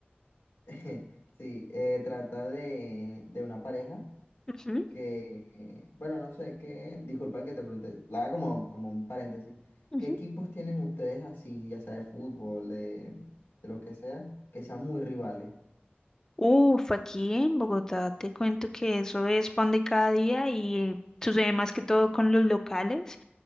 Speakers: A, on the left; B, on the left.
A: <laughs> sí, eh, trata de, de una pareja.
B: Ujú,
A: que, eh, bueno, no sé, que, disculpa que te pregunte, la haga como, como un paréntesis.
B: ujú.
A: ¿Qué equipos tienen ustedes así, ya sea de fútbol, de, de lo que sea, que sean muy rivales?
B: Uf, aquí en Bogotá te cuento que eso es pan de cada día y eh, sucede más que todo con los locales,